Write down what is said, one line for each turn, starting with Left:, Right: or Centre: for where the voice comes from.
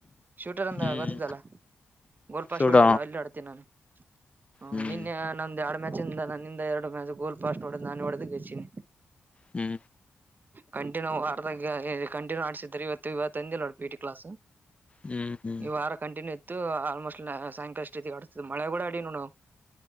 Right: ಶೂಟರ್ ಅಂದ
Left: ಹ್ಮ್
Right: ಗೋ <unintelligible> ಗೋಲ್ಪಶ್
Left: ಶೂಟ್
Right: ಹೊಡಿತಿರಲ್ಲ ಅಲ್ಲಿ ಆಡ್ತಿನಿ ನಾನ ಆ
Left: ಹ್ಮ್
Right: ನಿನ್ನೆ ನಂದ್ <unintelligible> ಮ್ಯಾಚಿಂದ ನನ್ನಿಂದ ಎರಡು ಮ್ಯಾಚ್ ಗೋಲ್ಫಾಸ್ಟ್ ಹೊಡದ ನಾನೇ ಹೊಡದ ಕಳಿಸೇನಿ.
Left: ಹ್ಮು
Right: ಕಂಟಿನ್ಯೂ ವಾರದಾಗ್ ಎ ಕಂಟಿನ್ಯೂ ಆಡ್ಸಿದ್ರ ಇವತ್ತು ಇವತ್ತುಂದ <unintelligible> ಪಿಟಿ ಕ್ಲಾಸ್.
Left: ಹ್ಮ್ ಹ್ಮ್
Right: ಈ ವಾರ ಇತ್ತು ಆಲ್ಮೋಸ್ಟ್ ಸಾಯಂಕಾಲ ರೀತಿ ಆಡತ್ ಮಳೆ ಕೂಡ ಅಡಿವ ನೋಡ ನಾವ್